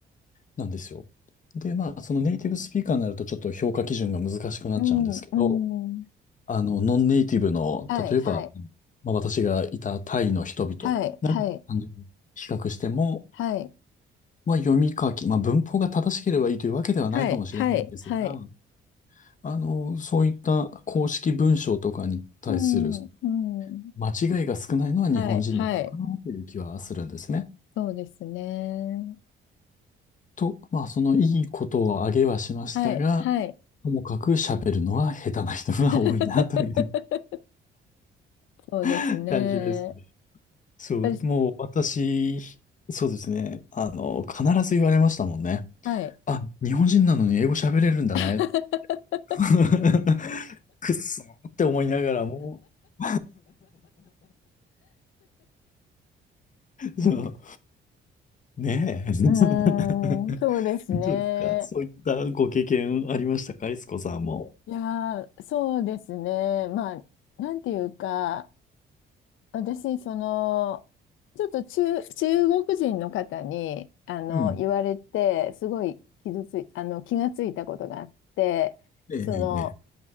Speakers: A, on the left; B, on the left.
A: なんですよ。で、まあ、そのネイティブスピーカーになるとちょっと評価基準が難しくなっちゃうんですけど、
B: うん、うん、
A: あの、ノンネイティブの、
B: はい、
A: 例えば、
B: はい、
A: まあ、私がいたタイの人々、
B: はい、
A: なんか単純に比較しても、
B: はい、はい、
A: まあ、読み書き、まあ、文法が正しければいいというわけではないかもしれないんですが、
B: はい、はい、はい、
A: あの、そういった公式文章とかに対する
B: うん、うん、
A: 間違いが少ないのは日本人の方かなという気はするんですね。
B: はい、はい、そうですね。
A: と、まあ、そのいいことを挙げはしましたが、
B: はい、はい。
A: ともかく喋るのは下手な人が多いなという
B: <laughs> そうですね。
A: <laughs> 感じですね。
B: やっ
A: そう、
B: ぱり、
A: もう私、そうですね。あの、必ず言われましたもんね。
B: はい。
A: あ、日本人なのに英語喋れるんだね。
B: <laughs>
A: <laughs> くっそーって思いながらも <laughs> そう、ねえ。
B: うーん、
A: <laughs>
B: そうですね。
A: どうですかそういったご経験ありましたか、いつこさんも。
B: いやー、そうですね。まあ、なんていうか、私、その、ちょっと中、中国人の方に、あの、
A: うん。
B: 言われて、すごい傷つい、あの、気がついたことがあって、
A: ええ、
B: その、
A: ええ。